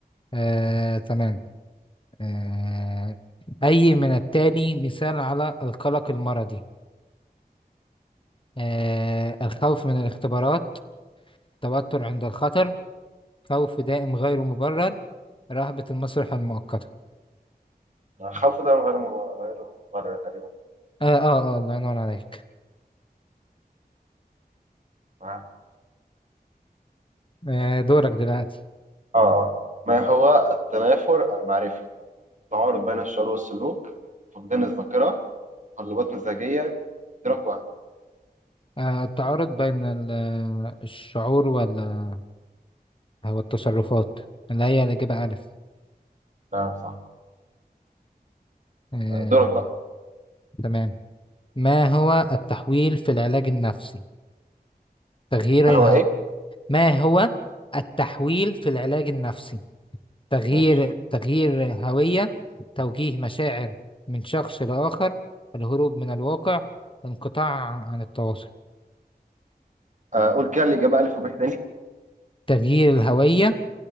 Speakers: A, on the left (about 30°); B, on the right (about 50°).
A: آه، تمام آه، أي من التالي مثال على القلق المرضي آه، الخوف من الاختبارات توتر عند الخطر خوف دائم غير مبرر رهبة المسرح المؤقتة
B: خوف ده غير مب- غير مبرر تقريبا
A: آه آه آه الله ينور عليك
B: تمام.
A: آه دورك دلوقتي
B: اه اه ما هو التنافر المعرفي؟ تعارض بين الشعور والسلوك فقدان الذاكرة تقلبات مزاجية إدراك وهم
A: آه التعارض بين ال- آه، الشعور وال- والتصرفات اللي هي الإجابة ألف
B: تمام صح
A: آه
B: أه، دورك بقى
A: تمام ما هو التحويل في العلاج النفسي؟ تغيير
B: ما
A: الهو...
B: هو ايه؟
A: ما هو التحويل في العلاج النفسي؟ تغيير
B: ماشي
A: تغيير هوية توجيه مشاعر من شخص لآخر الهروب من الواقع انقطاع عن التواصل
B: آه، قول كده الإجابة ألف وب تاني
A: تغيير الهوية